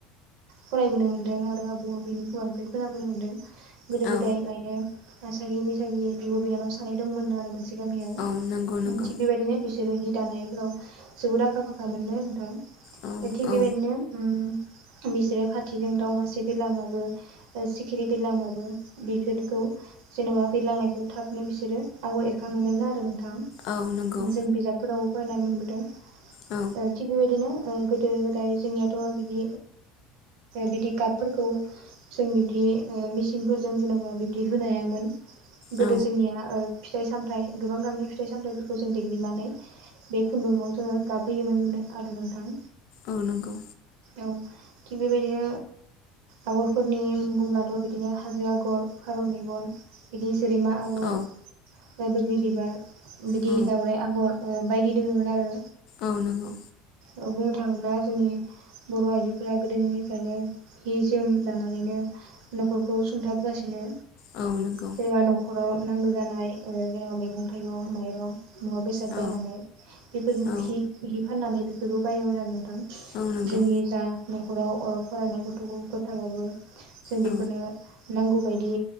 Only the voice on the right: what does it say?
फरायबोनो मोन्दों आरो आबौ आबैनि हौवानिफ्राय खोनाबोनो मोन्दों। गोदो
गोदाय लायनो आसागि बैसागि बिब' बिनानाव सानै दंमोनो आरो मोनसे गामियाव
थिग बेबायदिनो बिसोरो दानायफ्राव जोबोद आखा फाखा मोनो नोंथां।
थिग
बेबायदिनो बिसोरो खाथिजों दाउमासे बिरलांबाबो सिखिरि बिरलांबाबो बेफोरखौ जेन'बा बेरलांनायखौ थाबनो बिसोरो आगर एरखाङोमोननो आरो नों जों
बिजाबफोरावबो नाय मोनबोदों ओ
थिख बेबायदिनो गोदो गोदाय जोंनियाथ' बिदि बिदि गाबफोरखौ जों बिब्दि मेचंफोरजों जेन'बा बिब्दि होनो हायामोन। गोदो
जोंनिया फिथाइ सामथायाइ गोबां गामिनि फिथाइ सामथायाइफोरखौ जों देग्लिनानै बे खुन्दुाव जोङो गाबहोयोमोननो आरो नोंथां।
औ थिग बेबायदिनो आगरफोरनि मुं बुंब्लाथ' बिदिनो हाजो आगर फारौ मेगन बिदि सिरिमा आगर
ओ बैग्रि बिबार बिदि
दावउराइ आगर ओ बायदि दोङोमोन आरो।
ओ बुंनो थाङोब्ला जोंनि बर' आइजोफोरा गोदोनिफ्रायनो हि जोम दानानैनो न'खरखौ सुंथाबोगासिनो
जेनेबा न'खराव नांगौ जानाय जेनेबा मैगं थाइगं माइरं मुवा बेसाद
बायनानै बेफोर
हि हि फाननानै बे बेबो बायोमोन आरो नोंथां।
जोंनि जा न'खराव फरायनाय गथ'खौ फोथाराबो जों बेफोरनो
नांगौबायायदि